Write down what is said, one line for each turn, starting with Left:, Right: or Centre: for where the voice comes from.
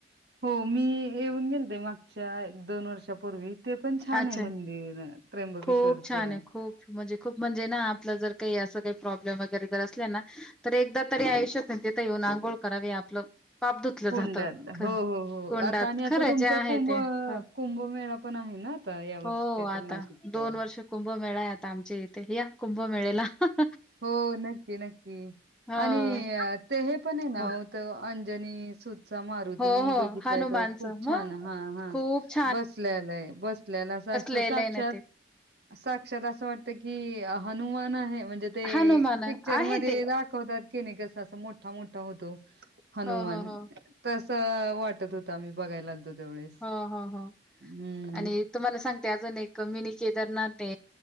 Right: हो मी येऊन गेलते मागच्या एक दोन वर्षापूर्वी. ते पण छान
Centre: अच्छा.
Right: आहे मंदिर त्र्यंबकेश्ोवरचं.
Centre: खूप छान आहे. खूप म्हणजे खूप म्हणजे ना आपलं जर काही असं काही प्रॉब्लेम वगैरे जर असल्या ना. तर एकदा तरी आयुष्यात नाही तिथे येऊन आंघोळ करावी आपलं. पाप धुतलं
Right: कुंड्याात
Centre: जातं. ख
Right: हो हो हो
Centre: कुंडात
Right: आता आणि आता
Centre: खरं
Right: तुमचा
Centre: जे आहे
Right: कुंभ
Centre: ते. हं,
Right: कुंभमेळा पण आहे ना. या वर्षी
Centre: हो
Right: काहीतरी
Centre: आता
Right: नाशिकता.
Centre: वर्ष कुंभमेळा आहेतता आमचे इथे या कुंभमेळेला. ह.
Right: हो नक्की नक्की
Centre: हो,
Right: आणि ते हे पण आहे ना.
Centre: हो,
Right: अंजनी सु. मारुती
Centre: हो,
Right: मी
Centre: हो.
Right: बघितलाय
Centre: हनुमानचं
Right: त खूप छान
Centre: मग
Right: हा हा
Centre: खूप
Right: बसल्यालाय बसल्याला.
Centre: लेलेय
Right: साक्षात
Centre: नाही ते.
Right: साक्षात असं वाटत की हनुमान आहे म्हणजे ते
Centre: हनुमान
Right: पिक्चर
Centre: आहे
Right: मध्ये.
Centre: ते.
Right: ावतात की नाही कस अस मोठा मोठा होतो हनुमान.
Centre: हो, हो, हो.
Right: तस वाटत होत आम्ही बघायला आलतो तेवढळेस
Centre: हो, हो, हो.
Right: हम्म.
Centre: आणि तुम्हाला सांगते अजं नाही क मीनी केदार नाते.